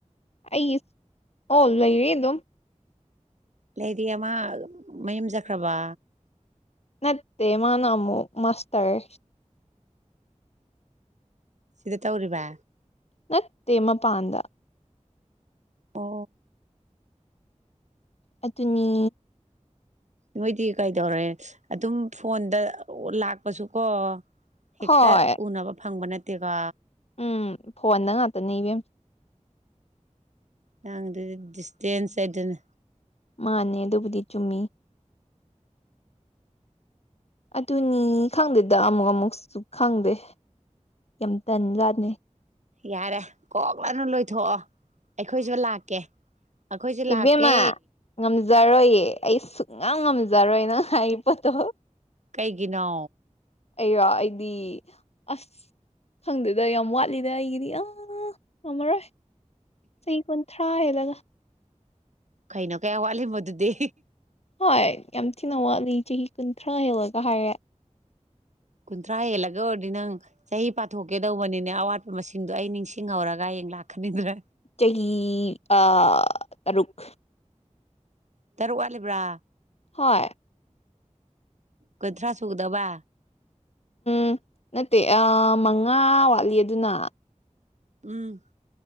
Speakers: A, on the left; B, on the right.
A: ꯑꯩꯒꯤ ꯑꯣ ꯂꯩꯔꯤ ꯑꯗꯨꯝ
B: ꯂꯩꯗꯤ ꯑꯃ ꯃꯌꯨꯝ ꯆꯠꯈ꯭ꯔꯕ
A: ꯅꯠꯇꯦ ꯃꯅꯥ ꯑꯃꯨꯛ ꯃꯥꯁꯇꯔ
B: ꯁꯤꯗ ꯇꯧꯔꯤꯕ
A: ꯅꯠꯇꯦ ꯃꯄꯥꯟꯗ
B: ꯑꯣ
A: ꯑꯗꯨꯅꯤ
B: ꯅꯣꯏꯗꯤ ꯀꯩꯗꯧꯔꯦ ꯑꯗꯨꯝ ꯐꯣꯟꯗ ꯂꯥꯛꯄꯁꯨꯀꯣ ꯍꯦꯛꯇ
A: ꯍꯣꯏ
B: ꯎꯅꯕ ꯐꯪꯕ ꯅꯠꯇꯦꯀꯣ
A: ꯎꯝ ꯐꯣꯟꯗ ꯉꯥꯛꯇꯅꯦ ꯏꯕꯦꯝꯃ
B: ꯅꯍꯥꯟꯒꯤꯗꯨꯗꯤ ꯗꯤꯁꯇꯦꯟꯁ ꯍꯥꯏꯗꯨꯅꯦ
A: ꯃꯥꯅꯦ ꯑꯗꯨꯕꯨꯗꯤ ꯆꯨꯝꯃꯤ ꯑꯗꯨꯅꯤ ꯈꯪꯗꯦꯗ ꯑꯃꯨꯛ ꯑꯃꯨꯛꯆꯨ ꯈꯪꯗꯦ ꯌꯥꯝ ꯇꯟꯖꯥꯠꯅꯤ
B: ꯌꯥꯔꯦ ꯀꯣꯛ ꯂꯣꯏꯅ ꯂꯣꯏꯊꯣꯛꯑꯣ ꯑꯩꯈꯣꯏꯖꯨ ꯂꯥꯛꯀꯦ ꯑꯩꯈꯣꯏꯁꯨ ꯂꯥꯛꯀꯦ
A: ꯏꯕꯦꯝꯃꯥ ꯉꯝꯖꯔꯣꯏꯌꯦ ꯑꯩ ꯁꯨꯡꯉꯥꯝ ꯉꯝꯖꯔꯣꯏ ꯅꯪ ꯍꯥꯏꯔꯤ ꯄꯣꯠꯇꯣ
B: ꯀꯩꯒꯤꯅꯣ
A: ꯑꯩꯔꯣ ꯑꯩꯗꯤ ꯑꯁ ꯈꯪꯗꯦꯗ ꯌꯥꯝ ꯋꯥꯠꯂꯤꯗ ꯑꯩꯒꯤꯗꯤ ꯑ ꯉꯝꯃꯔꯣꯏ ꯆꯍꯤ ꯀꯨꯟꯊ꯭ꯔꯥ ꯍꯦꯜꯂꯒ
B: ꯈꯩꯅꯣ ꯀꯌꯥ ꯋꯥꯠꯂꯤꯃꯣ ꯑꯗꯨꯗꯤ
A: ꯍꯣꯏ ꯌꯥꯝ ꯊꯤꯅ ꯋꯥꯠꯂꯤ ꯆꯍꯤ ꯀꯨꯟꯊ꯭ꯔꯥ ꯍꯦꯜꯂꯒ ꯍꯥꯏꯔꯦ
B: ꯀꯨꯟꯊ꯭ꯔꯥ ꯍꯦꯜꯂꯒ ꯑꯣꯏꯔꯗꯤ ꯅꯪ ꯆꯍꯤ ꯄꯥꯊꯣꯛꯀꯦ ꯇꯧꯕꯅꯤꯅꯦ ꯑꯋꯥꯠꯄ ꯃꯁꯤꯡꯗꯣ ꯑꯩ ꯅꯤꯡꯁꯤꯡꯍꯧꯔꯒ ꯍꯌꯦꯡ ꯂꯥꯛꯈꯅꯤꯗ꯭ꯔ
A: ꯆꯒꯤ ꯑꯥ ꯇꯔꯨꯛ
B: ꯇꯔꯨꯛ ꯋꯥꯠꯂꯤꯕ꯭ꯔꯥ
A: ꯍꯣꯏ
B: ꯀꯨꯟꯊ꯭ꯔꯥ ꯁꯨꯒꯗꯕꯥ
A: ꯎꯝ ꯅꯠꯇꯦ ꯑꯥ ꯃꯉꯥ ꯋꯥꯠꯂꯤ ꯑꯗꯨꯅ
B: ꯎꯝ